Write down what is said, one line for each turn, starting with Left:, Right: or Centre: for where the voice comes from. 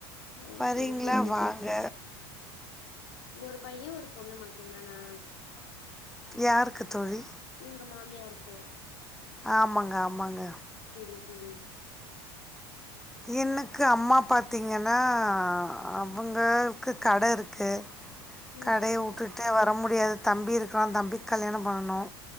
Left: ஆ ஓ
Centre: வரீங்களா
Left: செரி செரி தோழி
Centre: வாங்க
Left: ஒரு பைய ஒரு பொண்ணு மட்டுந்தானா
Centre: யாருக்கு தோழி
Left: உங்க மாமியா இருக்கு
Centre: ஆமாங்க ஆமாங்க
Left: செரி செரி
Centre: எனக்கு அம்மா பாத்தீங்கன்னா அவங்களுக்கு கட இருக்கு
Left: ம்
Centre: கடைய உட்டுட்டா வர முடியாது தம்பி இருக்கா தம்பிக் கல்யாணோ பண்ணணூ